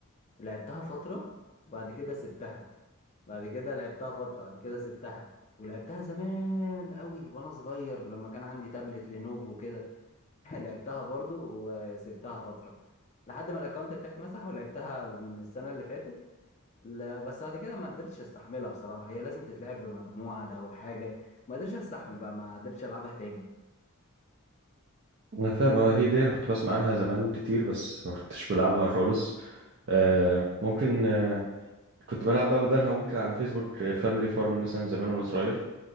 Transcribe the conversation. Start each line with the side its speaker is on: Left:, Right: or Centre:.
Left: لعبتها فتره وبعد كده سبتها بعد كده لعبتها فتره بعد كده سبتها ولعبتها زمان قوي وانا صغير لما كان عندي تابلت لينوفو كده <laughs> لعبتها برضو وسبتها فتره لحد ما الاكونت بتاعي اتمسح ولعبتها من السنه اللي فاتت لا بس بعد كده ما قدرتش استحملها بصراحه هي لازم تتلعب بمجموعه ده اول حاجه ما قدرتش استحمل بقى ما قدرتش العبها تاني
Right: انا فاهم آه، هي دي انا كنت بسمع عنها زمان كتير بس ما كنتش بلعبها خالص آه ممكن آه كنت بلعب بقى بدلها ممكن على فيسبوك فاميلي فارم مثلا زمان وانا صغير